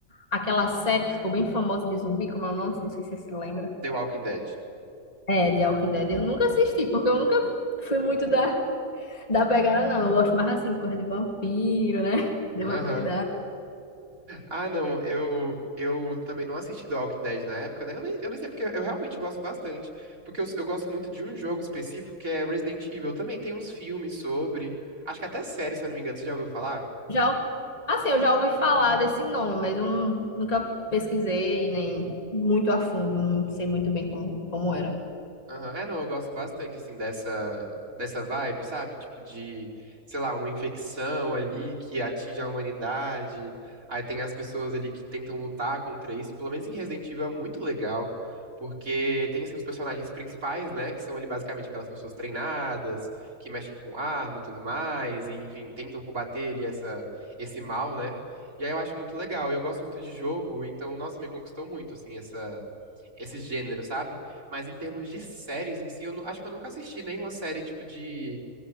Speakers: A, on the left; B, on the right.
A: aquela série que ficou bem famosa de zumbi, como é o nome? Não sei se você se lembra.
B: The Walking Dead.
A: É, The Walking Dead. Eu nunca assisti, porque eu nunca fui muito da. Da pegada, não. Eu gosto mais assim, coisa de vampiro, né? De
B: Aham.
A: vampiro.
B: Ah, não, eu, eu também não assisti The Walking Dead na época, né? Eu nem, eu nem sei porque eu realmente gosto bastante. Porque eu, eu gosto muito de um jogo específico que é Resident Evil. Também tem uns filmes sobre. Acho que até série, se eu não me engano, você já ouviu falar?
A: Já, ouvi- assim, eu já ouvi falar desse nome, mas eu não- nunca pesquisei, nem muito a fundo. Não sei muito bem como, como era.
B: Aham. É, não, eu gosto bastante, assim, dessa, dessa vibe, sabe? Tipo de, sei lá, uma infecção ali que atinge a humanidade. Aí tem as pessoas ali que tentam lutar contra isso. Pelo menos em Resident Evil é muito legal, porque tem, assim, os personagens principais, né? Que são ali basicamente aquelas pessoas treinadas, que mexem com arma e tudo mais, e, enfim, tentam combater ali essa, esse mal, né? E aí eu acho muito legal. Eu gosto muito de jogo, então, nossa, me conquistou muito, assim, essa, esse gênero, sabe? Mas em termos de séries em si, eu nu- acho que eu nunca assisti nenhuma série tipo de,